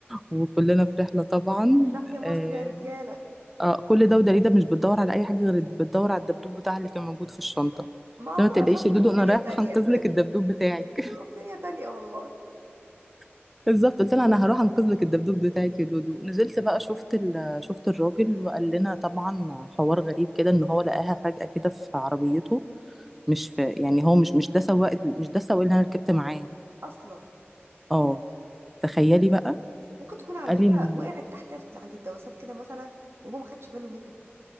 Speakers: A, in the centre; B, on the right.
A: وكلنا في رحله طبعا
B: تحيا مصر
A: آه،
B: يا رجالة
A: اه كل ده ودليده مش بتدور على اي حاجه غير بتدور على الدبدوب بتاعها اللي كان موجود في الشنطه قلت
B: ما عمر
A: لها ما تقلقيش
B: أشرف
A: يا
B: يبقوا
A: دودو
B: في
A: انا
B: دنيا
A: رايحه
B: تانية
A: انقذ
B: يا سادة
A: لك الدبدوب بتاعك
B: يبقوا في دنيا تانية والله
A: <laughs> بالظبط قلت لها انا هروح انقذ لك الدبدوب بتاعك يا دودو نزلت بقى شفت ال... شفت الراجل وقال لنا طبعا حوار غريب كده ان هو لقاها فجاه كده في عربيته مش في يعني هو مش مش ده سواق مش ده السواق اللي انا ركبت معاه
B: أصلا
A: اه تخيلي بقى
B: ممكن تكون على
A: قال
B: فكرة
A: لي انه
B: وقعت تحت عند الدواسات كده مثلا وهو ما خدش باله منها